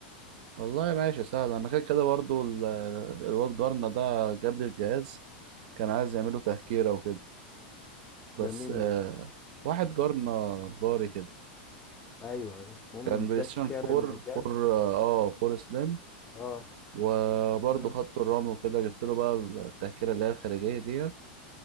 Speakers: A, on the right; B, on the left.
A: والله ماشي سهل أنا كده كده برضو ال- آه، الواد جارنا ده جاب لي الجهاز كان عايز يعمله تهكيرة وكده بس
B: ده مين
A: آه،
B: ده
A: واحد جارنا جاري كده
B: ايوه ايوه المهم
A: كان
B: اداك
A: بلاي ستيشن
B: يعني
A: 4
B: الاجال
A: 4 اه 4 سليم
B: اه
A: وبرضه
B: مم.
A: خط الرمل وكده جبت له بقى التأشيرة اللي هي الخارجية ديت